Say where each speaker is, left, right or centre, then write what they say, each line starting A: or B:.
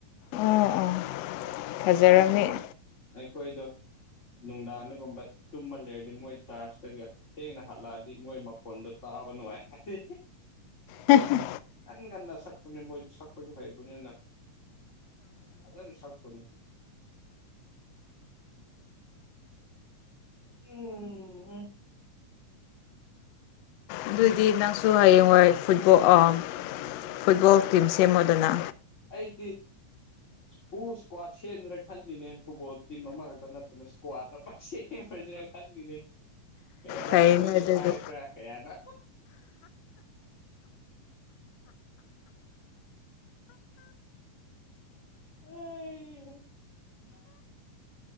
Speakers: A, on the left; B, on the left.
A: ꯑꯣ ꯑꯣ ꯐꯖꯔꯝꯅꯤ
B: ꯑꯗꯨꯗꯣ ꯑꯩꯈꯣꯏꯗꯣ ꯅꯨꯡꯗꯥꯡꯗꯒꯨꯝꯕ ꯇꯨꯝꯃ ꯂꯩꯔꯗꯤ ꯃꯣꯏ ꯆꯥꯔꯖꯇꯒꯤ ꯊꯦꯡꯅ ꯍꯜꯂꯛꯑꯗꯤ ꯃꯣꯏ ꯃꯈꯣꯟꯗꯣ ꯇꯥꯕ ꯅꯨꯡꯉꯥꯏ ꯑꯗꯤ
A: ꯍꯦ ꯍꯦ
B: ꯀꯟ ꯀꯥꯟꯗ ꯁꯛꯄꯅꯦ ꯃꯣꯏꯗꯤ ꯁꯛꯄꯁꯨ ꯍꯩꯕꯅꯤꯅ ꯐꯖꯅ ꯁꯛꯄꯅꯤ ꯎꯝ ꯎꯝ
A: ꯑꯗꯨꯗꯤ ꯅꯪꯁꯨ ꯍꯌꯦꯡꯋꯥꯏ ꯐꯨꯠꯕꯣꯜ ꯑ ꯐꯨꯠꯕꯣꯜ ꯇꯤꯝ ꯁꯦꯝꯃꯣꯗꯅ
B: ꯑꯩꯗꯤ ꯍꯨ ꯏꯁꯀ꯭ꯋꯥꯗ ꯁꯦꯝꯖꯤꯔꯥ ꯈꯜꯂꯤꯅꯦ ꯐꯨꯠꯕꯣꯜ ꯇꯤꯝ ꯑꯃꯈꯛꯇ ꯅꯠꯇꯅ ꯏꯁꯀ꯭ꯋꯥꯗ ꯑꯃꯥ ꯁꯦꯝꯃꯁꯤꯔꯥꯅꯥ ꯈꯜꯂꯤꯅꯦ ꯀꯌꯥꯔ
A: ꯐꯩꯅꯦ
B: ꯇꯋꯦꯟꯇꯤ
A: ꯑꯗꯨꯗꯤ
B: ꯐꯥꯏꯞ ꯔ ꯀꯌꯥꯅ ꯑ <inaudible>